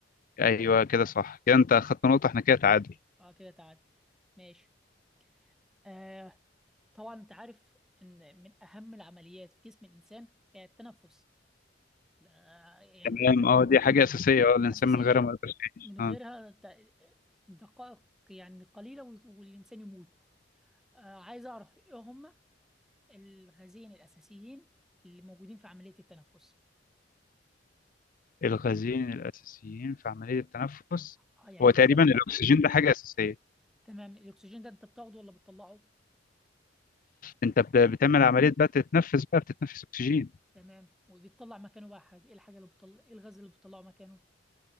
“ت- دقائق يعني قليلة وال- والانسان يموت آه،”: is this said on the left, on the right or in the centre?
Centre